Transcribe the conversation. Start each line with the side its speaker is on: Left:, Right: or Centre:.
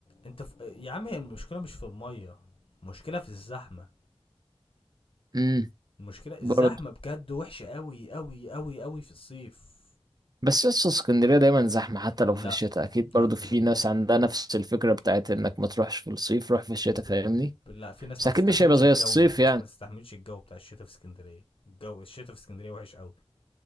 Left: انت في... يا عم هي المشكلة مش في المية المشكلة في الزحمة
Right: امم
Left: المشكلة الزحمة
Right: برضه
Left: بجد وحشة قوي قوي قوي قوي في الصيف
Right: بس لسه اسكندرية دايما زحمة حتى لو
Left: لا
Right: في الشتاء اكيد برضه
Left: لا
Right: في
Left: لا
Right: ناس عندها نفس الفكرة بتاعت انك ما تروحش في الصيف روح في الشتاء فاهمني
Left: لا في ناس
Right: بس
Left: ما
Right: اكيد
Left: تستحملش
Right: مش هيبقى زي
Left: الجو
Right: الصيف
Left: في ناس ما تستحملش الجو بتاع الشتاء في اسكندرية الجو الشتاء في اسكندرية وحش قوي